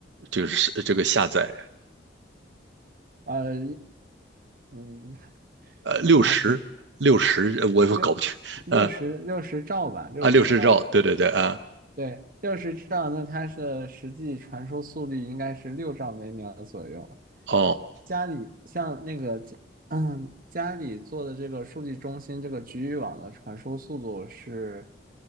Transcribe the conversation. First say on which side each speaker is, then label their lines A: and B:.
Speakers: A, on the right; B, on the right.
A: 就是这个下载，
B: 呃，嗯，
A: 呃，六十六十呃我也搞不清，
B: 啊，六六十六十兆吧，
A: 呃
B: 六十兆。
A: 啊六十兆，对对对啊，
B: 对，六十兆，那它的实际传输速率应该是六兆每秒左右。
A: 哦
B: 家里像那个嗯，家里做的这个数据中心这个局域网的传输速度是，